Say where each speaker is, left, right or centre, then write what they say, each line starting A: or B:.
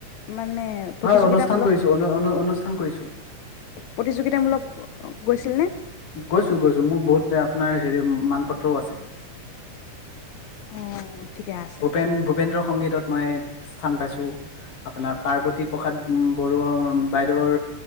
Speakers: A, on the left (about 75°); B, on the left (about 50°).
A: মানে প্ৰতিযোগিতামূলক
B: হয় অনুষ্ঠান কৰিছো অনু অনু অনুষ্ঠান কৰিছো
A: প্ৰতিযোগিতামূলক গৈছিল নে
B: গৈছোঁ গৈছোঁ, মোৰ বহুত এয়া আপোনাৰ হেৰি মানপত্ৰও আছে
A: অ ঠিকে আছে
B: ভূপেন ভূপেন্দ্ৰ সংগীতত মই স্থান পাইছোঁ, আপোনাৰ পাৰ্বতী প্ৰসাদ বডৰুোৱা বাইদেউৰ